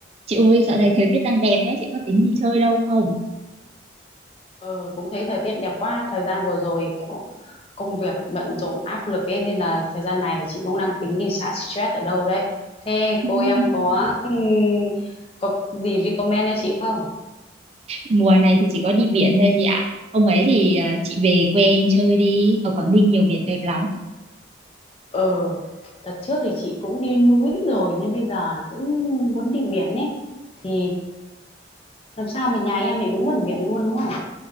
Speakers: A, on the right; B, on the left.
A: Chị ơi, dạo này thời tiết đang đẹp ấy, chị có tính đi chơi đâu không?
B: Ờ, cũng thấy thời tiết đẹp quá thời gian vừa rồi kiểu công việc bận rộn áp lực ấy nên là thời gian này là chị cũng đang tính đi xả stress ở đâu đấy thế
A: <laughs>
B: cô em có ừm, có gì recommend cho chị không
A: Ừ. Mùa này thì chỉ có đi biển thôi chị ạ. Hôm ấy thì à, chị về quê em chơi đi, ở Quảng Ninh nhiều biển đẹp lắm.
B: ờ đợt trước thì chị cũng đi núi rồi nên bây giờ thì cũng muốn đi biển ấy thì làm sao mà nhà em lại đúng gần biển luôn đúng không